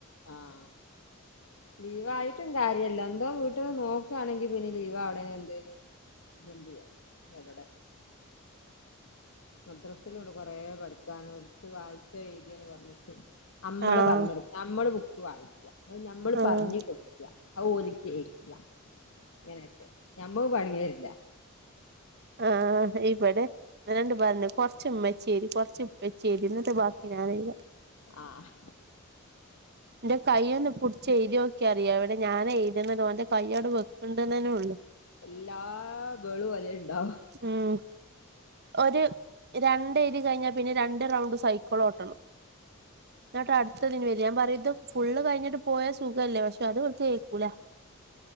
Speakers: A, on the left; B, on the right.
A: ആഹ് ലീവായിട്ടും കാര്യല്ല എന്തോ വീട്ടിൽന്ന് നോക്കുവാണെങ്കി പിന്നെ ലീവ് ആവണേന് എന്തേലും ഇതുണ്ട <unintelligible> എവടെ മദ്രസിലൂടെ കൊറേ പഠിക്കാൻ ഓൽക്ക് വായിച്ച് എഴുതി പറഞ്ഞിട്ട്. അമ്മള്
B: ആഹ്
A: പറഞ്ണ് നമ്മള് ബുക്ക് വായിക്ക ഞമ്മള്
B: ആഹ്
A: പറഞ്ഞു കൊട്ക്ക ഔ ഓലി കേക്കാ ഇങ്ങനെയൊക്കെ ഞമ്മക്ക് പണിയരില്ലാ
B: ആ ഇബടെ രണ്ട് പറഞ്ഞ് കൊറച്ച ഉമ്മച്ചേരി കുറച്ച് ഉപ്പച്ചേരി എന്നിട്ട് ബാക്കി ഞാനില്ല
A: ആഹ്
B: ഇന്റെ കയ്യൊന്ന് പുടിച്ചേഴ്തിനോക്കിയാൽ അറിയാം ഇവിടെ ഞാനാ എഴുതുന്നത് ഓൻ്റെ കയ്യട് വെക്കുണ്ടന്നന്നെ ഉള്ളു
A: എല്ലാ വേളും ഓലെ ഇണ്ടാവൂ
B: ഉം ഒരു രണ്ടേരുതി കഴിഞ്ഞാൽ പിന്നെ രണ്ട് റൗണ്ട് സൈക്കിളോട്ടണം എന്നട്ടാ അടുത്തതിന് വെരാ ഞാൻ പറയും ഇത് ഫുള്ള് കഴിഞ്ഞിട്ട് പോയ സുഖല്ലേ പക്ഷെ അത് ഇവിടുത്തെ കേക്കൂല <inaudible>